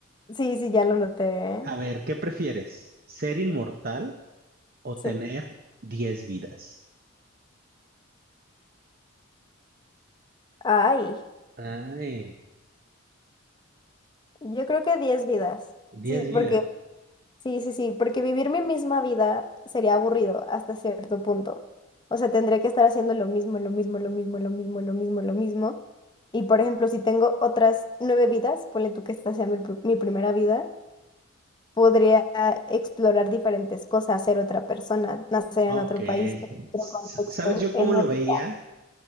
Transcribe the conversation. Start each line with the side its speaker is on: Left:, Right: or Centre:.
Left: sí, sí, ya lo noté, ¿eh?
Right: A ver, ¿qué prefieres? ¿Ser inmortal o
Left: Sí.
Right: tener 10 vidas?
Left: Ay,
Right: Ay,
Left: yo creo que 10 vidas.
Right: diez
Left: Sí,
Right: vidas.
Left: porque Sí, sí, sí, porque vivir mi misma vida sería aburrido hasta cierto punto. O sea, tendría que estar haciendo lo mismo, lo mismo, lo mismo, lo mismo, lo mismo, lo mismo. Y por ejemplo, si tengo otras nueve vidas, ponle tú que esta sea mi, pr- mi primera vida, podría explorar diferentes cosas, ser otra persona, nacer
Right: Ok.
Left: en otro país, en
Right: S-
Left: otro
Right: s-
Left: contexto,
Right: ¿Sabes yo
Left: en
Right: cómo lo
Left: otro...
Right: veía?